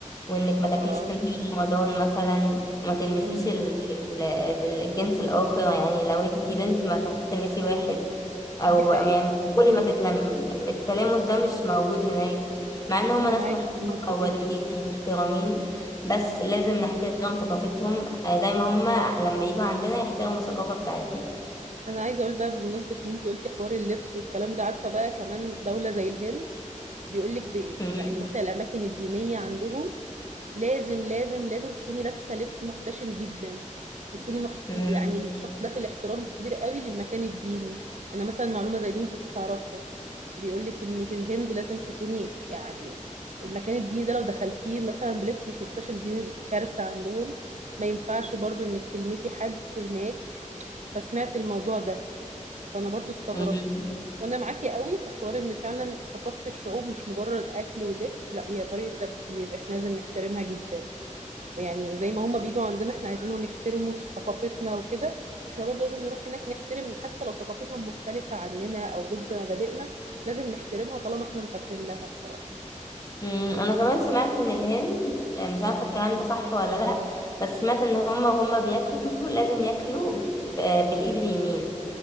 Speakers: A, on the left; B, on the right.
A: وإنك ما
B: فطبعا
A: تاكليش في نهار رمضان مثلا وما تلمسيش
B: امم
A: ال- ال- الجنس الآخر يعني لو انتي بنت ما تروحيش تلمسي واحد أو
B: دي حقيقة
A: يعني كل
B: امم
A: ما تتلم التلامس ده مش موجود هناك مع إن هما
B: أنا
A: ناس
B: معاكي
A: محترمة
B: في النقطة
A: وودودين
B: دي
A: ومحترمين بس لازم نحترم ثقافتهم آه، زي ما هما لما يجوا عندنا يحترموا الثقافة بتاعتنا
B: انا عايزه اقول بقى بمناسبه ان انت قلتي حوار اللبس والكلام ده عارفه بقى كمان دوله زي الهند بيقول لك
A: مم.
B: يعني مثلا الاماكن الدينيه عندهم لازم لازم لازم تكوني لابسه لبس محتشم جدا وتكوني محت...
A: مم.
B: يعني الشخص داخل احترام كبير قوي للمكان الديني انا مثلا معلومه زي دي ما كنتش اعرفها بيقول لك ان في الهند لازم تكوني يعني المكان الديني ده لو دخلتيه مثلا بلبس مش محتشم دي كارثه عندهم ما ينفعش برضو انك تلمسي حد هناك فسمعت الموضوع ده فانا برضو استغربت
A: مم.
B: وانا معاكي قوي في حوار ان فعلا ثقافة الشعوب مش مجرد اكل ولبس لا هي طريقة تفكير احنا لازم نحترمها جدا يعني زي ما هما بيجوا عندنا احنا عايزينهم يحترموا ش- ثقافتنا وكده احنا برضو لازم نروح هناك نحترم حتى لو ثقافتهم مختلفة عننا او ضد مبادئنا لازم نحترمها طالما احنا مسافرين لها بصراحة
A: مم. انا كمان سمعت ان الهند آه، مش عارفه الكلام ده صح ولا لا بس سمعت ان هما وهما بياكلوا لازم ياكلوا ب- آه، بالايد اليمين